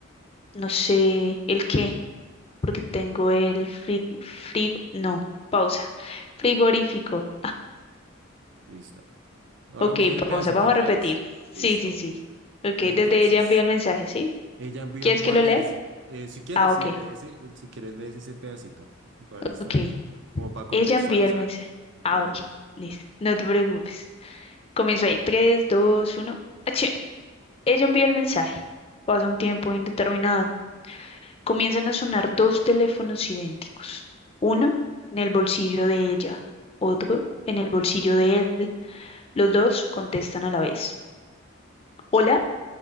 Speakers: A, on the left; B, on the right.
A: No sé el qué. porque tengo el fri, fri- no, pausa, frigorífico.
B: Listo. Hagamos
A: Ok,
B: ese pedacito
A: pausa, vamos
B: otra
A: a repetir.
B: vez.
A: Sí,
B: Listo.
A: sí, sí. Ok,
B: Entonces,
A: desde ella envió el mensaje, ¿sí?
B: ella envía
A: ¿Quieres
B: un... Voy
A: que lo
B: a leer
A: lea?
B: ese. Eh, si quieres,
A: Ah, ok,
B: sí, lee ese. Si quieres, lees ese pedacito. Igual está
A: ok.
B: como para contextualizar.
A: Ella envía el mensaje. Ah,
B: Perdóname.
A: ok, listo, no te preocupes. Comienzo ahí, 3, 2, 1, acción. Ella envía el mensaje. Pasa un tiempo indeterminado. Comienzan a sonar dos teléfonos idénticos. Uno en el bolsillo de ella, otro en el bolsillo de él. Los dos contestan a la vez. Hola,